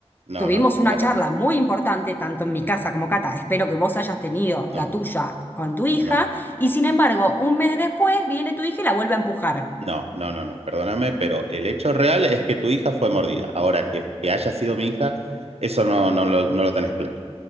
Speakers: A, on the right; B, on the left.
A: no,
B: Tuvimos
A: no, no, pará,
B: una charla
A: pará. pará.
B: muy importante, tanto en mi casa como Cata. Espero que vos hayas tenido
A: No,
B: la tuya con tu hija.
A: no,
B: Y sin embargo, un mes después viene tu hija y la vuelve a empujar.
A: no, no, no, no. Perdóname, pero el hecho real es que tu hija fue mordida. Ahora, que, que haya sido mi hija, eso no, no lo, no lo tenés claro.